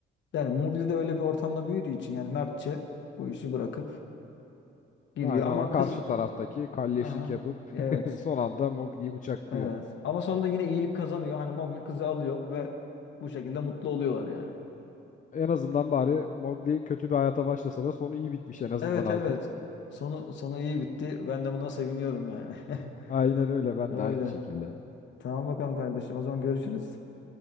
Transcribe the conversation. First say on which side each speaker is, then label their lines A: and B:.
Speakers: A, on the left; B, on the left.
A: Yani Murli de öyle bir ortamda büyüdüğü için yani mertçe bu işi bırakıp gidiyor
B: Aynen
A: ama
B: ama karşı
A: kız
B: taraftaki kalleşlik
A: aha
B: yapıp
A: evet.
B: <laughs> son anda Mowgli'yi bıçaklıyor.
A: Evet. Ama sonunda yine iyilik kazanıyor. Hani Mowgli kızı alıyor ve bu şekilde mutlu oluyorlar yani.
B: En azından bari Mowgli kötü bir hayata başlasa da sonu iyi bitmiş en azından
A: Evet
B: abi.
A: evet. Sonu sonu iyi bitti. Ben de buna seviniyorum yani.
B: <laughs>
A: <laughs>
B: Aynen öyle ben
A: Öyle.
B: de aynı şekilde.
A: Tamam bakalım kardeşim. O zaman görüşürüz.